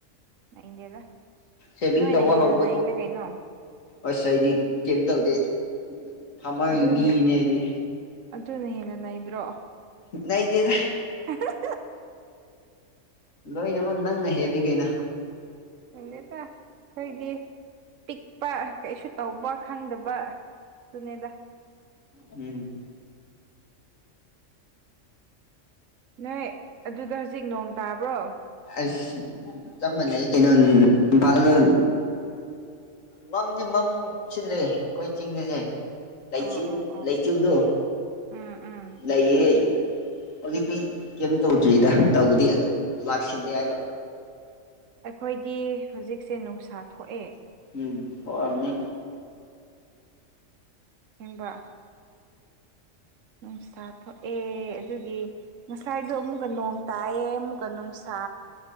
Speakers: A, on the right (about 75°); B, on the left (about 85°).
A: ꯅꯩꯗꯦꯗ
B: ꯁꯦꯚꯤꯡ
A: ꯅꯣꯏꯅ
B: ꯇꯧꯕ
A: ꯍꯦꯟꯅ
B: ꯍꯧꯕ
A: ꯅꯩꯂꯦ ꯀꯩꯅꯣ
B: ꯑꯁ ꯑꯩꯗꯤ ꯀꯩꯝ ꯇꯧꯗꯦ ꯐꯥꯃꯔꯒꯤ
A: ꯑꯗꯨꯅꯦ
B: ꯃꯤꯒꯤꯅꯦ ꯑꯩꯗꯤ
A: ꯑꯗꯨꯅ ꯍꯦꯟꯅ ꯅꯩꯗ꯭ꯔꯣ
B: ꯅꯩꯗꯦꯗ
A: <unintelligible>
B: ꯂꯣꯏꯅꯃꯛ ꯅꯪꯅ ꯍꯦꯜꯂꯤ ꯀꯩꯅꯣ
A: ꯍꯦꯟꯗꯦꯗ ꯈꯣꯏꯗꯤ ꯄꯤꯛꯄ ꯀꯩꯁꯨ ꯇꯧꯕ ꯈꯪꯗꯕ ꯑꯗꯨꯅꯦꯗ
B: ꯎꯝ
A: ꯅꯣꯏ ꯑꯗꯨꯗ ꯍꯧꯖꯤꯛ ꯅꯣꯡ ꯇꯥꯕ꯭ꯔꯣ
B: ꯑꯩꯁ ꯆꯞ ꯃꯥꯟꯅꯩ ꯀꯩꯅꯣ ꯏꯝꯐꯥꯜꯗ ꯃꯝꯗꯤ ꯃꯝ ꯁꯤꯜꯂꯦ ꯑꯩꯈꯣꯏ ꯆꯤꯡꯒꯤꯁꯦ ꯂꯩꯆꯤꯟ
A: ꯑꯣ ꯑꯣ ꯑꯣ
B: ꯂꯩꯆꯨꯞꯗꯣ
A: ꯎꯝ ꯎꯝ
B: ꯂꯩꯌꯦꯍꯦ꯫ ꯍꯧꯖꯤꯛꯇꯤ ꯀꯩꯝ ꯇꯧꯗ꯭ꯔꯤꯗ ꯇꯧꯕꯗꯤ ꯑꯗꯨ ꯂꯥꯛꯁꯤꯜꯂꯦ ꯍꯥꯏꯕ꯫
A: ꯑꯩꯈꯣꯏꯗꯤ ꯍꯧꯖꯤꯛꯁꯦ ꯅꯨꯡꯁꯥ ꯊꯣꯛꯑꯦ꯫
B: ꯎꯝ ꯍꫭꯔꯝꯅꯤ꯫
A: <unintelligible> ꯅꯨꯡꯁꯥ ꯊꯣꯛꯑꯦ ꯑꯗꯨꯒꯤ ꯉꯁꯥꯏꯗꯣ ꯑꯃꯨꯛꯀ ꯅꯣꯡ ꯇꯥꯌꯦ ꯃꯨꯛꯀ ꯅꯨꯡꯁꯥ